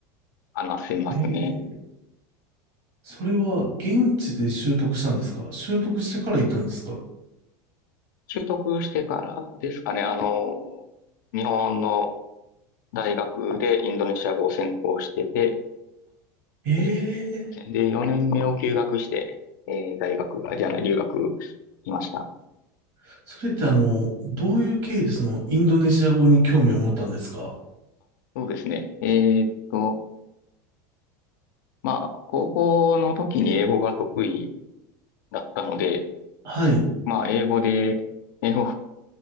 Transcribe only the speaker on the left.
話せますね。
習得してからですかね。あの、日本の大学でインドネシア語を専攻してて、
で、そうですねで、4年目を休学して、えー大学、あ、じゃない、留学しました。
そうですね。えーっと、まあ、高校の時に英語が得意だったので、
まあ、英語で、英語、